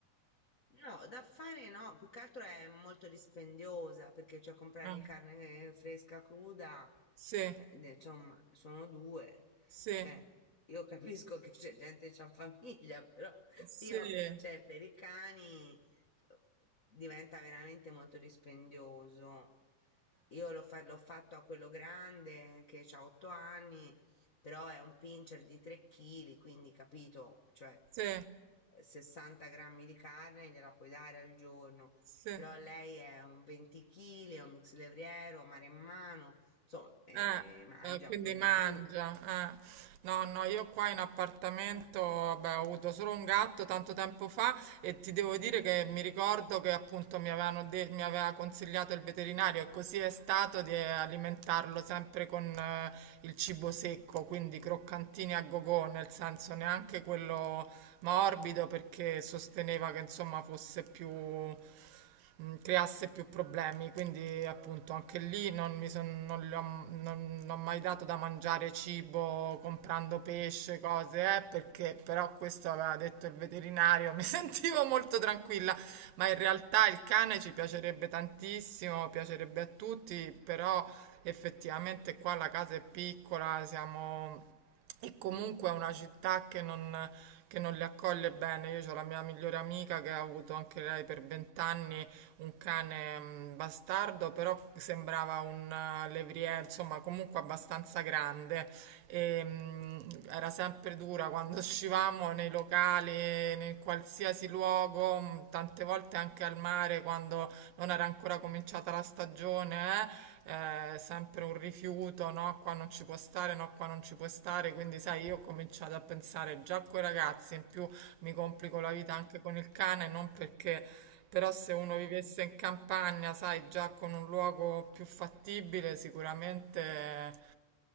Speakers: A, on the left (about 80°); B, on the right (about 85°).
A: No, da fare no, più che altro è molto dispendiosa perché cioè comprargli
B: Eh,
A: carne eh, fresca cruda,
B: sì,
A: eh, de- insomma, sono due.
B: sì,
A: Cioè, io capisco che c'è gente che ha famiglia, <laughs> però
B: sì,
A: io,
B: eh,
A: cioè, per i cani eh, diventa veramente molto dispendioso. Io l'ho fa- l'ho fatto a quello grande che ha otto anni, però è un pincher di 3 kg, quindi capito, cioè
B: sì,
A: eh, 60 grammi di carne gliela puoi dare al giorno,
B: sì.
A: però lei è un 20 kg, è un mix levriero, maremmano, insomma, eh,
B: Eh,
A: mangia
B: eh, quindi
A: un po' di
B: mangia.
A: più.
B: eh. No, no, io qua in appartamento, vabbè, ho avuto solo un gatto tanto tempo fa e ti devo dire che mi ricordo che appunto mi avevano de- mi aveva consigliato il veterinario e così è stato di alimentarlo sempre con eh, il cibo secco, quindi croccantini a gogò, nel senso neanche quello morbido perché sosteneva che insomma fosse più mh, creasse più problemi, quindi appunto anche lì non mi son- non gli ho, non- non ho mai dato da mangiare cibo comprando pesce, cose, eh, perché però questo aveva detto il veterinario, <laughs> mi sentivo molto tranquilla, ma in realtà il cane ci piacerebbe tantissimo, piacerebbe a tutti, però effettivamente qua la casa è piccola, siamo... E comunque è una città che non, che non li accoglie bene. Io ho la mia migliore amica che ha avuto anche lei per vent'anni un cane mh, bastardo, però sembrava un eh, levrier, insomma, comunque abbastanza grande. E, mh, era sempre dura quando <laughs> uscivamo nei locali, in qualsiasi luogo, mh, tante volte anche al mare quando non era ancora cominciata la stagione, eh eh, sempre un rifiuto, no, qua non ci può stare, no, qua non ci può stare, quindi sai, io ho cominciato a pensare già coi ragazzi, in più mi complico la vita
A: Mm.
B: anche con il cane, non perché però se uno
A: Ah,
B: vivesse in campagna, sai, già con un luogo più fattibile, sicuramente...